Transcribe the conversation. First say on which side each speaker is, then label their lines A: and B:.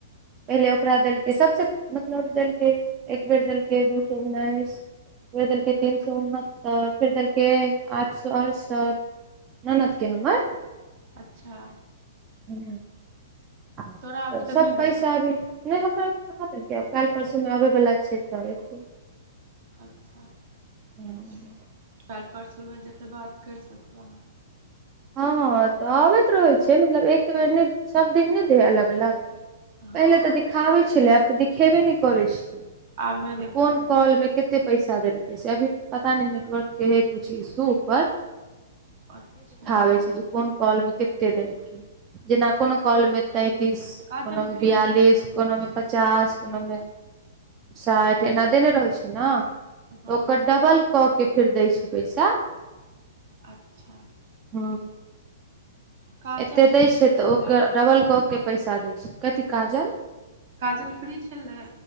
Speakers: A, on the right (about 25°); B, on the right (about 50°).
A: पहिले ओकरा देलकै, सबसं मतलब देलकै एक बेर देलकै दू सौ उन्नैस फेर देलकै तीन स उनहत्तर, फेर देलकै आठ सौ अढ़सठ। ननद के हमर।
B: अच्छा।
A: <inaudible>
B: तोरा अखने देलकौ? अच्छा तोरा अभी
A: त
B: तक
A: सब
B: नहि देलकौ
A: पैसा अभी नै हमरा अभी कहाँ देलकै, आब काल्हि परसूमे आबै बला छै त एतै।
B: अच्छा
A: हँ
B: <inaudible> काल्हि परसूमे जते बात करि सकू अहाँ।
A: हँ त अबैत रहै छै मतलब एक बेर नै सब दिन नै देै है अलग-अलग।
B: हँ
A: पहिले त दिखाबै छलै आब त देखेबे नै करै छै <inaudible>
B: आब नहि
A: जे
B: देखाबै
A: कोन कॉल
B: हइ
A: में के ते पैसा देलकै से अभी पता नै नेटवर्क के है कुछ इशू ऊपर।
B: अच्छा।
A: कहै छै जे कोन कॉल में केते देलकै, जेना कोनो कॉल में तैंतीस,
B: काजल
A: कोनोमे
B: फ्री
A: बियालिस,
B: छलै
A: कोनो में पचास, कोनोमे साठि, एना देने रहै छै न
B: हँ
A: ओकर डबल क के फेर दै छै पैसा।
B: अच्छा।
A: हँ।
B: काजल
A: एते दै
B: फ्री
A: छै त
B: छलै
A: ओकर डबल क के पैसा दै छै। कथी काजल?
B: काजल फ्री छलै?